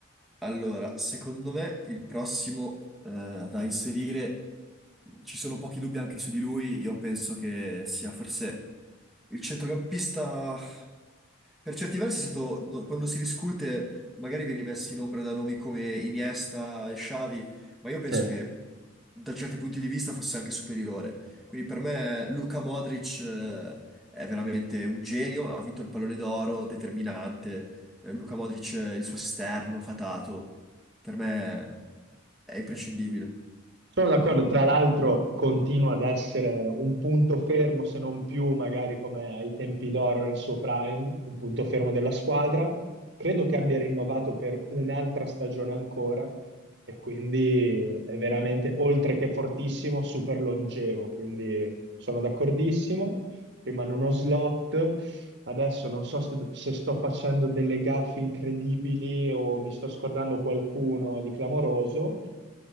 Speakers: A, in the centre; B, on the right.
A: Allora, secondo me il prossimo eh, da inserire, ci sono pochi dubbi anche su di lui, io penso che sia forse il centrocampista Per certi versi è stato, no, quando si discute, magari vieni messi in ombra da nomi come Iniesta e Xavi, ma io penso
B: Sì.
A: che da certi punti di vista fosse anche superiore. Quindi per me Luka Modric eh, è veramente un genio, ha vinto il pallone d'oro, determinante. Eh, Luka Modric, eh, il suo esterno fatato, per me è imprescindibile.
B: Sono d'accordo, tra l'altro continua ad essere un punto fermo, se non più magari come ai tempi d'oro nel suo prime, un punto fermo della squadra. Credo che abbia rinnovato per un'altra stagione ancora e quindi è veramente, oltre che fortissimo, super longevo, quindi sono d'accordissimo. Rimane uno slot. Adesso non so se se sto facendo delle gaffe incredibili o mi sto scordando qualcuno di clamoroso.